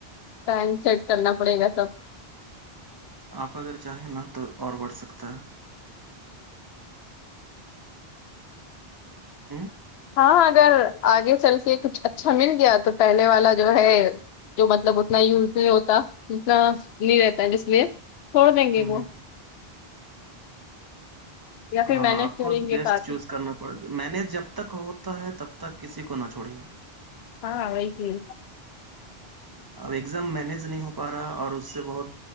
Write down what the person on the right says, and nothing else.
آپ اگر چاہیں نا تو اور بڑھ سکتا ہے ہ
ہ
ہ
ہاں
آپ کو
بیسٹ
چوز
کرنا میں نے جب تک ہوتا ہے تب تک کسی کو نہ چھوڑیے
اب ایگزام مینج نہیں ہو پا رہا اور اس سے بہت